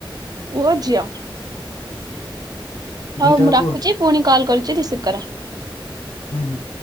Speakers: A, on the right; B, on the left.
A: ପୁଅ, ଝିଅ। ହଉ
B: ଦିଟା
A: ମୁଁ ରଖୁଛି,
B: ପୁଅ
A: ପୁଣି କଲ୍ କରୁଛି ରିସିଭ୍ କର।
B: ହୁଁ ହୁଁ।